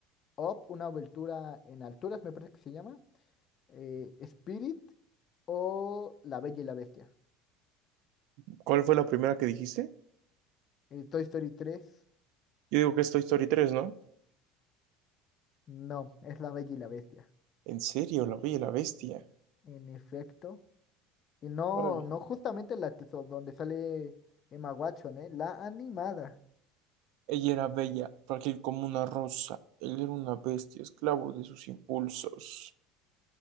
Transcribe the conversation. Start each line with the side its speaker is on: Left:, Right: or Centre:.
Left: Up, una aventura en alturas, me parece que se llama. eh, Spirit o La Bella y la Bestia.
Right: ¿Cuál fue la primera que dijiste?
Left: Eh, Toy Story tres
Right: Yo digo que es Toy Story 3, ¿no?
Left: no, es La Bella y la Bestia.
Right: En serio, la Bella y la Bestia.
Left: En efecto. Y no,
Right: Órale.
Left: no justamente la que so- donde sale Emma Watson, ¿eh? La animada.
Right: Ella era bella, frágil como una rosa. Él era una bestia, esclavo de sus impulsos.